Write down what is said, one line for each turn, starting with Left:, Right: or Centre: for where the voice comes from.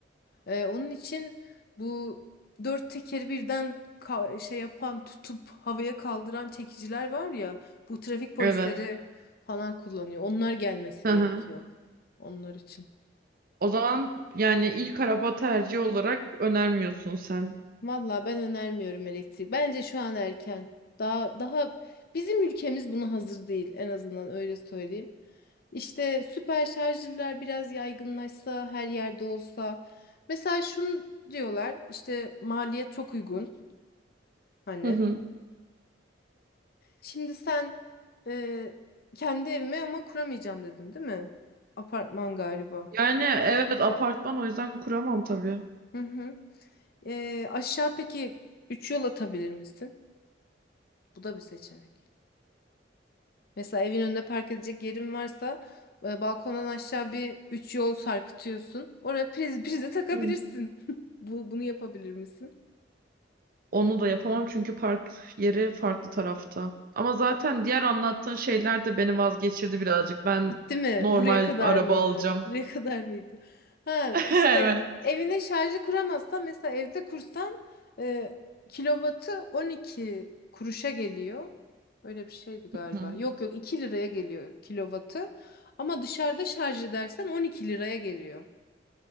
Left: Ee, onun için bu dört tekeri birden ka- şey yapan tutup havaya kaldıran çekiciler var ya bu trafik polisleri
Right: Evet.
Left: falan kullanıyor. Onlar gelmesi
Right: Hı
Left: gerekiyor
Right: hı.
Left: onlar için.
Right: O zaman yani ilk araba tercihi olarak önermiyorsun sen.
Left: Vallahi ben önermiyorum elektrik. Bence şu an erken. Daha daha bizim ülkemiz buna hazır değil en azından öyle söyleyeyim. İşte süper şarjlılar biraz yaygınlaşsa, her yerde olsa. Mesela şunu diyorlar, işte maliyet çok uygun hani.
Right: Hı hı.
Left: Şimdi sen e, kendi evime ama kuramayacağım dedin, değil mi? Apartman galiba.
Right: Yani evet apartman o yüzden kuramam tabii.
Left: Hı hı. E, aşağı peki 3 yol atabilir misin? Bu da bir seçenek. Mesela evin önünde park edecek yerin varsa e, balkondan aşağı bir üç yol sarkıtıyorsun. Oraya priz prize takabilirsin.
Right: Hı.
Left: <laughs> Bu bunu yapabilir misin?
Right: Onu da yapamam çünkü park yeri farklı tarafta. Ama zaten diğer anlattığın şeyler de beni vazgeçirdi birazcık. Ben
Left: Bitti mi?
Right: normal
Left: Buraya kadar
Right: araba
Left: mıydı?
Right: alacağım.
Left: Buraya kadar mıydı? Ha
Right: <laughs>
Left: işte
Right: Evet.
Left: evine şarjı kuramazsan mesela evde kursan e, kilovatı 12 kuruşa geliyor. Öyle bir şeydi galiba.
Right: Hı.
Left: Yok yok 2 liraya geliyor kilovatı. Ama dışarıda şarj edersen 12 liraya geliyor.